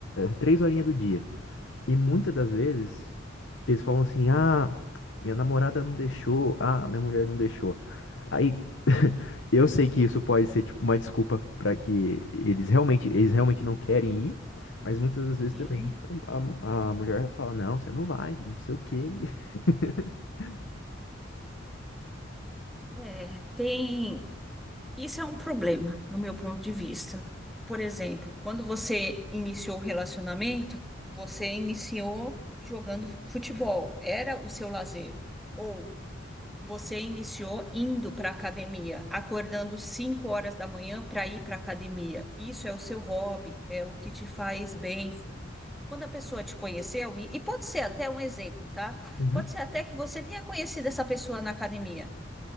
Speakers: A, on the left; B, in the centre.
A: três horinhas do dia. E muitas das vezes eles falam assim: ah, minha namorada não deixou, ah, minha mulher não deixou. Aí <laughs> eu sei que isso pode ser tipo uma desculpa pra que eles realmente, eles realmente não querem ir, mas muitas das vezes
B: sim.
A: também a, a mulher fala: não, você não vai, não sei o quê. <laughs>
B: É, tem. Isso é um problema, no meu ponto de vista. Por exemplo, quando você iniciou o relacionamento, você iniciou jogando futebol, era o seu lazer. Ou você iniciou indo para a academia, acordando 5 horas da manhã para ir para a academia. Isso é o seu hobby, é o que te faz bem. Quando a pessoa te conheceu, e e pode ser até um exemplo, tá?
A: Uhum,
B: Pode ser até que você tenha conhecido essa pessoa na academia.